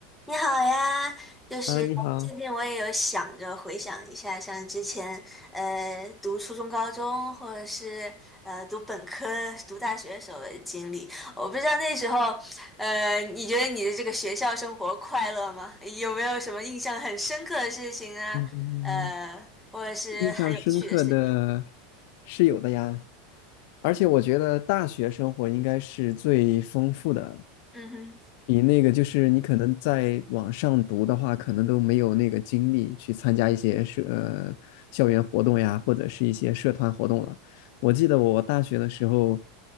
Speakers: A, in the centre; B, on the left.
A: 你好呀，就是最近我也有想着回想一下，
B: 啊，你好，
A: 像之前呃读初中、高中，或者是呃读本科、读大学时候的经历。我不知道那时候，呃，你觉得你的这个学校生活快乐吗？有没有什么印象很深刻的事情啊？
B: 嗯，
A: 呃，或者是很有趣的事情？
B: 印象深刻的是有的呀，而且我觉得大学生活应该是最丰富的，
A: 嗯哼，
B: 比那个就是你可能在网上读的话，可能都没有那个精力去参加一些社，呃，校园活动呀，或者是一些社团活动了。我记得我大学的时候，